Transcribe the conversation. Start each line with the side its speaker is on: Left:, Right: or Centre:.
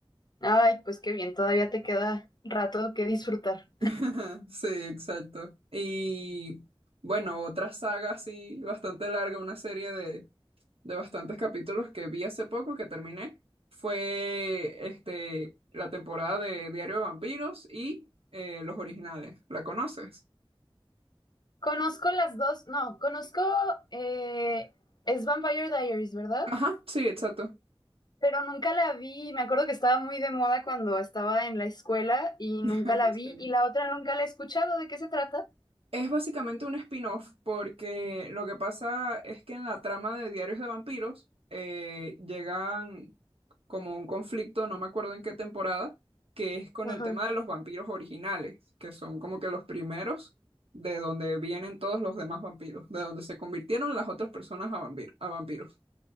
Left: Ay, pues qué bien, todavía te queda rato que disfrutar.
Right: <laughs> Ajá, Sí, exacto. Y bueno, otra saga así bastante larga, una serie de, de bastantes capítulos que vi hace poco que terminé, fue este, la temporada de Diario de Vampiros y eh, los originales. ¿La conoces?
Left: Conozco las dos, no, conozco, eh, es Vampire Diaries, ¿verdad?
Right: Ajá, sí, exacto.
Left: pero nunca la vi. Me acuerdo que estaba muy de moda cuando estaba en la escuela y
Right: <laughs>
Left: nunca la vi.
Right: sí
Left: Y la otra nunca la he escuchado. ¿De qué se trata?
Right: Es básicamente un spin-off porque lo que pasa es que en la trama de Diarios de Vampiros eh, llegan como un conflicto, no me acuerdo en qué temporada, que es con
Left: Ajá.
Right: el tema de los vampiros originales, que son como que los primeros de donde vienen todos los demás vampiros, de donde se convirtieron las otras personas a, vampir- a vampiros.